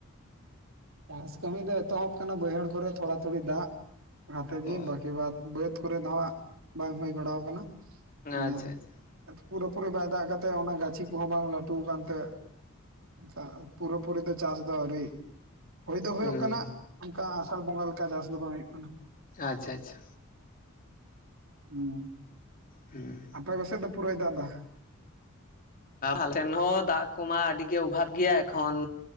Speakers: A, on the right; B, on the left.
A: ᱪᱟᱥ ᱠᱟᱹᱢᱤ ᱫᱚ ᱮᱛᱚᱦᱚᱵ ᱠᱟᱱᱟ ᱵᱟᱹᱭᱦᱟᱹᱲ ᱠᱚᱨᱮ ᱛᱷᱚᱲᱟ ᱛᱷᱩᱲᱤ ᱫᱟᱜ
B: ᱚ
A: <unintelligible> ᱵᱟᱹᱠᱤ ᱵᱟᱫ ᱵᱟᱹᱫᱽ ᱠᱚᱨᱮ ᱫᱚ ᱦᱟᱸᱜ, ᱵᱟᱝ ᱦᱩᱭ ᱵᱟᱲᱟᱣ ᱠᱟᱱᱟ᱾ ᱢᱟᱱᱮ,
B: ᱟᱪᱪᱷᱟ ᱟᱪᱪᱷᱟ
A: ᱯᱩᱨᱟᱹ ᱯᱩᱨᱤ ᱵᱟᱭ ᱫᱟᱜ ᱠᱟᱛᱮᱫ ᱚᱱᱟ ᱜᱟᱹᱪᱷᱤ ᱠᱚᱦᱚᱸ ᱵᱟᱝ ᱞᱟᱹᱴᱩ ᱠᱟᱱ ᱛᱮ ᱚᱝᱠᱟ ᱯᱩᱨᱟᱹ ᱯᱩᱨᱤ ᱫᱚ ᱪᱟᱥ ᱫᱚ ᱟᱹᱣᱨᱤ ᱦᱳᱭ ᱫᱚ ᱦᱳᱭᱳᱜ
B: ᱦᱩᱸ
A: ᱠᱟᱱᱟ ᱚᱝᱠᱟ ᱟᱥᱟᱲ ᱵᱚᱸᱜᱟ ᱞᱮᱠᱟ ᱪᱟᱥ ᱫᱚ ᱵᱟᱝ ᱦᱳᱭᱳᱜ ᱠᱟᱱᱟ᱾
B: ᱟᱪᱪᱷᱟ ᱟᱪᱪᱷᱟ᱾
A: ᱦᱩᱸ᱾
B: ᱦᱩᱸ᱾
A: ᱟᱯᱮ ᱠᱚ ᱥᱮᱡ ᱫᱚ ᱯᱩᱨᱟᱹᱭ ᱫᱟᱜ ᱫᱟ᱾
B: ᱟᱞᱮ ᱥᱮᱱ ᱦᱚᱸ ᱫᱟᱜ ᱠᱚᱢᱟ ᱟᱹᱰᱤ ᱜᱮ ᱚᱵᱷᱟᱵ ᱜᱮᱭᱟ ᱮᱠᱷᱚᱱ,